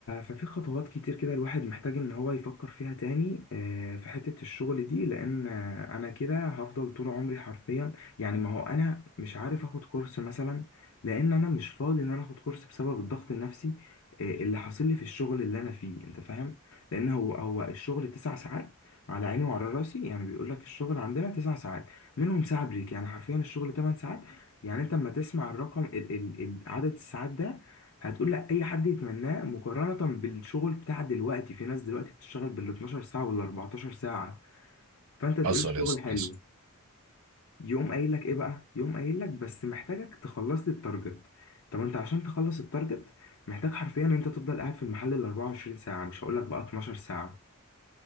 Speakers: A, on the left (about 65°); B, on the right (about 65°).
A: ففي خطوات كتير كده الواحد محتاج ان هو يفكر فيها تاني آه، في حتة الشغل دي لان آه، انا كده هفضل طول عمري حرفيا يعني ما هو انا مش عارف اخد كورس مثلا لان انا مش فاضي ان انا اخد كورس بسبب الضغط النفسي آه، اللي حاصل لي في الشغل اللي انا فيه انت فاهم لان هو هو الشغل تسع ساعات على عيني وعلى راسي يعني بيقول لك الشغل عندنا تسع ساعات منهم ساعة بريك يعني حرفيا الشغل 8 ساعات يعني انت لما تسمع الرقم ال ال ال- عدد الساعات ده هتقول لا اي حد يتمناه مقارنة بالشغل بتاع دلوقتي في ناس دلوقتي بتشتغل بال 12 ساعة وال 14 ساعة فانت تقول
B: حصل
A: الشغل
B: يا اسطى
A: حلو
B: حصل.
A: يقوم قايل لك ايه بقى يقوم قايل لك بس محتاجك تخلص لي التارجت طب انت عشان تخلص التارجت محتاج حرفيا ان انت تفضل قاعد في المحل ال 24 ساعة مش هقول لك بقى 12 ساعة